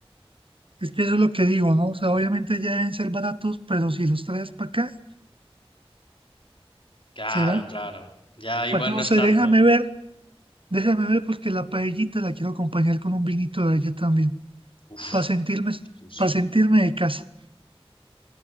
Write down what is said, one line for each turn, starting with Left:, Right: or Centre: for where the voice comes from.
Right: Es que eso es lo que digo, ¿no? O sea, obviamente ya deben ser baratos, pero si los traes para acá,
Left: Claro,
Right: ¿será?
Left: claro. Ya igual
Right: Pues no
Left: no es
Right: sé,
Left: tanto.
Right: déjame ver, déjame ver porque la paellita la quiero acompañar con un vinito de ella también,
Left: Uf,
Right: para sentirme,
Left: sí, sí. sí.
Right: para sentirme de casa.